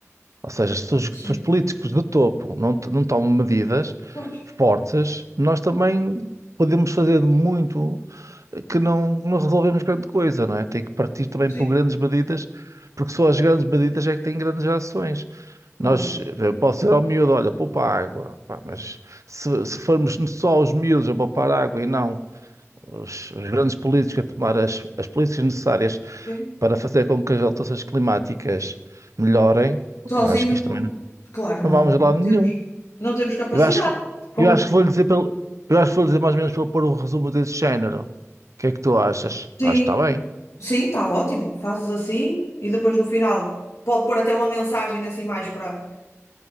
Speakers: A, on the right (about 80°); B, on the left (about 70°).
A: Ou seja, se os, se
B: sim.
A: os políticos de topo não, t- não tomam medidas
B: Pois,
A: fortes, nós também podemos fazer de muito que não, não resolvemos grande coisa, não é? Tem que partir também
B: sim,
A: por grandes medidas, porque só as grandes medidas é que têm grandes ações. Nós,
B: é verdade.
A: eu posso dizer ao miúdo, olha, poupa água, pá, mas se, se formos só os miúdos a poupar água e não os, os grandes políticos a tomar as, as políticas necessárias
B: Sim.
A: para fazer com que as alterações climáticas melhorem,
B: Sozinhos
A: eu acho que isto
B: não,
A: também
B: claro, não,
A: não vamos a
B: não
A: lado
B: temos,
A: nenhum.
B: não temos capacidade.
A: Eu acho que,
B: Com-
A: eu acho que vou lhe dizer pelo, eu acho que vou lhe dizer mais ou menos para ele pôr um resumo desse género. O que é que tu achas?
B: sim,
A: Acho que está bem.
B: sim, está ótimo. Fazes assim e depois no final pode pôr até uma mensagem assim mais para